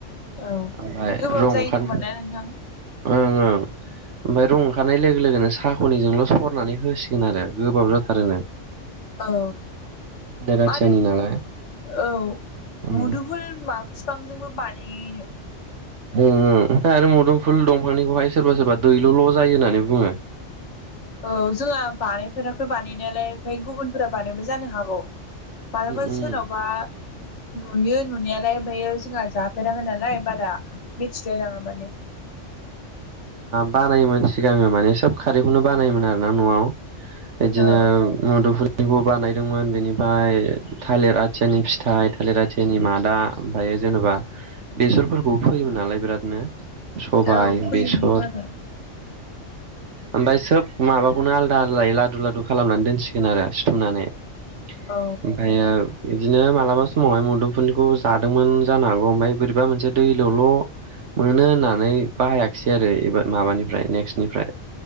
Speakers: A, on the left; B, on the right.
A: औ
B: ओमफ्राय
A: गोबाब
B: रं
A: जायो
B: ओंखार
A: खोमा ना नोंथां
B: ओं ओं ओमफ्राय रं ओंखारनाय लोगो लोगोनो साहाख'निजोंल' सरनानै होसिगोन आरो गोबाव जा रोनो
A: औ
B: राथियानि
A: आरो
B: नालाय
A: औ
B: उम
A: मुदुफुल मा बिफांजोंबो बानायोनो।
B: ओम ओमफ्राय आरो मुदोमफुल दंफांनिखौहाय सोरबा सोरबा दैल'ल' जायो होननानै बुङो।
A: औ जोंहा बानायफेराखै बानायनायालाय ओमफ्राय गुबुनफोरा बानायबो
B: उम
A: जानो हागौ मालाबा
B: उम
A: सोरनावबा नुयो नुनायालाय ओमफ्रायो जोंहा जाफेराखै नालाय बारा
B: <inaudible>
A: मिथिलाय लाङा माने
B: बानायोमोन सिगाङो माने सोब खारैखौनो बानायोमोन आर ना न'आव बिदिनो
A: औ
B: मुदुफुल। बेखौ बानायदोंमोन बेनिफ्राय थालिर आथियानि फिथाइ थालिर आथियानि मादा ओमफ्राय। जेनेबा बेसरफोरखौ फैयोमोन नालाय बिरादनो सबाइ
A: औ फैयोमोनथ'
B: बेसर
A: आरो <inaudible>
B: ओमफाय सोब माबाखौनो आलदा आलदायै लादु लादु खालामनानै दोनसिगोन आरो सिथुमनानै आमफायो
A: औ
B: बिदिनो मालाबा समावहाय मुदोमफुनिखौ जादोंमोन जानो हागौ ओमफ्राय बोरैबा मोनसे दै लल' मोनो होननानै बाहायाखिसै आरो एबार माबानिफ्राय नेक्स्टनिफ्राय